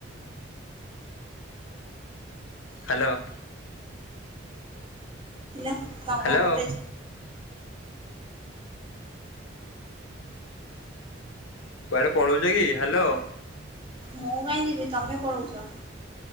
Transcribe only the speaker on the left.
ହ୍ୟାଲୋ।
ହ୍ୟାଲୋ କୁଆଡେ ପଳଉଛ କି ହ୍ୟାଲୋ।